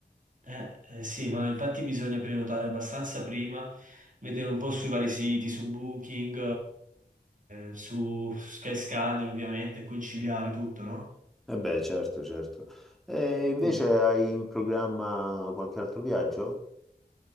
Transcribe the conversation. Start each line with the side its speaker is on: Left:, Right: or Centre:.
Right: Eh, eh, sì, ma infatti bisogna prenotare abbastanza prima, vedere un po' sui vari siti, su Booking, eh, su Skyscanner ovviamente, e conciliare tutto, no?
Centre: E beh, certo, certo. E invece
Right: Mm.
Centre: hai in programma qualche altro viaggio?